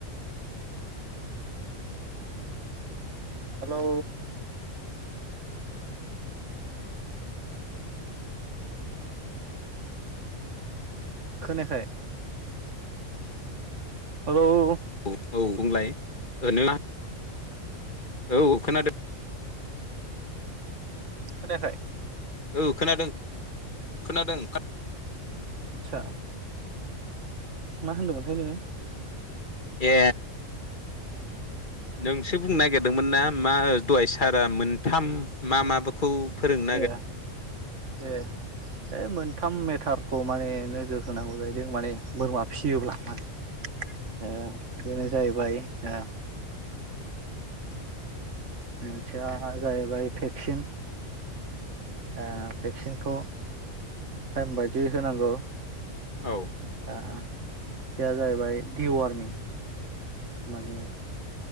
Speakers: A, on the right; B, on the left.
A: हेलौ खोनायाखाय औ औ
B: औ औ बुंलाय ओरैनो औ खोनादों
A: खोनायाखै?
B: औ खोनादों खोनादों
A: आदसा मा होनदोंमोनथाय नोङो?
B: ए नोंसो बुंनो नागिरदोंमोन ना मा दहाय सारा मोनथाम मा मा खौ फोरोङो
A: ए ए ओ मोनथाम मेटारखौ माने नोजोर होनांगौ जाहैदों माने बोरमा फिसियोब्ला ना।
B: <inaudible>
A: ओ बेनो जाहैबाय ओ मोनसेया जाहैबाय भेक्सिन ओ भेक्सिनखौ टाइम बायदिय होनांगौ
B: औ
A: ओ बेया जाहैबाय दिवारनि माने